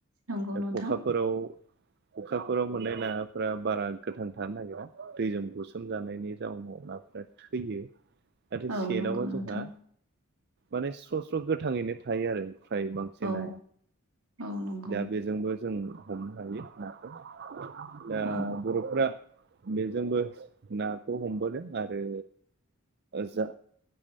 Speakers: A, on the right (about 75°); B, on the right (about 50°).
A: नंगौ
B: दा खखाफोरा
A: नोंथां
B: अखाफोराव मोननाय नाफोरा बारा गोथां थानो नागिरा दैजों बुसोम जानायनि जाउनाव नाफोरा। थैयो। नाथाय सेनावबा
A: औ नंगौ नोंथां
B: जोंहा माने स्र' स्र' गोथाङैनो थायो आरो। फ्राय बांसिन
A: औ औ नंगौ
B: दा बेजोंबो जों हमनो हायो नाखौ दा
A: औ
B: बर'फ्रा। बेजोंबो नाखौ हमबोदों आरो। जा